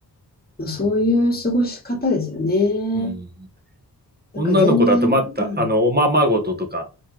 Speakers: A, on the left; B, on the right.
A: まあそういう過ごし方ですよね。
B: うん。
A: だから全然、
B: 女の子だとまた、
A: うん。
B: あの、おままごととか、